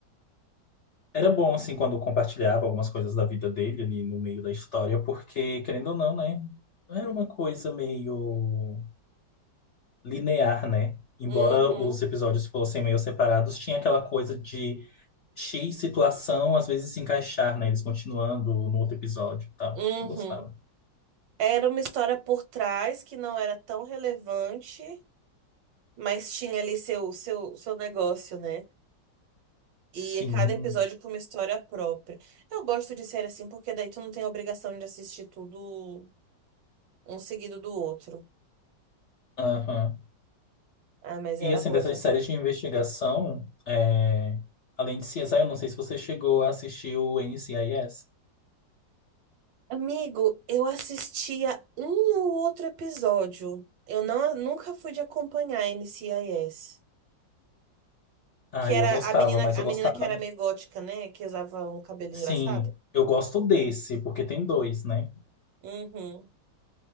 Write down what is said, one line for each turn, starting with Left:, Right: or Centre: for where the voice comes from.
Left: Era bom, assim, quando compartilhava algumas coisas da vida dele ali no meio da história, porque, querendo ou não, né? Era uma coisa meio linear, né? Embora
Right: Uhum,
Left: os episódios fossem meio separados, tinha aquela coisa de X situação às vezes se encaixar, né? Eles continuando no outro episódio e tal.
Right: uhum.
Left: Eu gostava.
Right: Era uma história por trás que não era tão relevante, mas tinha ali seu, seu, seu negócio, né? E
Left: Sim,
Right: cada episódio com uma história própria. Eu gosto de série assim porque daí tu não tem a obrigação de assistir tudo um seguido do outro.
Left: aham.
Right: Ah, mas
Left: E,
Right: era
Left: assim,
Right: boa
Left: dessas
Right: essa série.
Left: séries de investigação, é, além de CSI, eu não sei se você chegou a assistir o NCIS.
Right: Amigo, eu assistia um ou outro episódio. Eu não, nunca fui de acompanhar a NCIS.
Left: Ah,
Right: Que
Left: eu
Right: era
Left: gostava,
Right: a menina,
Left: mas eu
Right: a
Left: gostava.
Right: menina que era meio gótica, né? Que usava um cabelo
Left: Sim,
Right: engraçado.
Left: eu gosto desse, porque tem dois, né?
Right: Uhum.